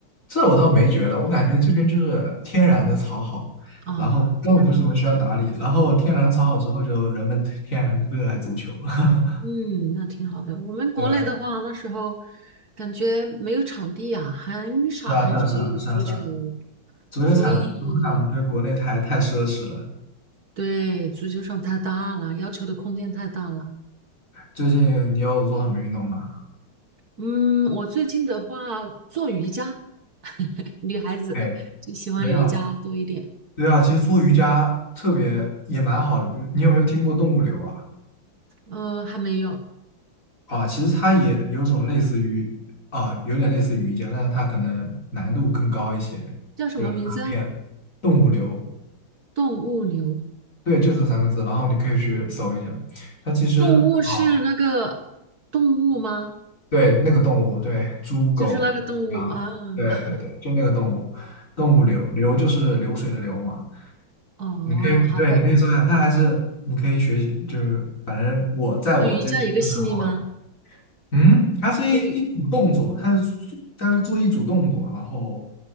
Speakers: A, on the left; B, on the right.
A: 这我倒没觉得，我感觉这边就是天然的草好，
B: 啊，
A: 然后根本不是什么需要打理，
B: 这样子，
A: 然后天然草好之后，就人们天然的热爱足球，<laughs>
B: 嗯，那挺好的。我们国内的话，
A: 对吧？
B: 那时候感觉没有场地啊，很少很少有足球，
A: 是啊，是啊，是啊，是啊，是啊。足球场，
B: 所以
A: 足球场对国内太太奢侈了。
B: 对，足球场太大了，要求的空间太大了。
A: 最近你有做什么运动吗？
B: 嗯，我最近的话做瑜伽，<laughs> 女孩子就喜欢瑜伽多一点。
A: 哎，没有。对啊，其实做瑜伽特别也蛮好的。比如你有没有听过动物流啊？
B: 呃，还没有，
A: 啊，其实它也有种类似于啊，有点类似于瑜伽，但是它可能难度更高一些。
B: 叫什么名字啊
A: 就是它练动物流，
B: 动物流，
A: 对，就这三个字。然后你可以去搜一下，它其实啊。
B: 动物是那个动物吗？
A: 对，那个动物，对，猪、狗、
B: 就是那个动物啊。
A: 羊，
B: <laughs>
A: 对对对，就那个动物，动物流，流就是流水的流嘛。
B: 哦，
A: 你可以，
B: 好的。
A: 对，你可以搜一下，它还是你可以学习，就是反正我在我这边是蛮火的。
B: 和瑜伽一个系列吗？
A: 嗯，它是一一组动作，
B: 和瑜
A: 它是它是做一组动作，然后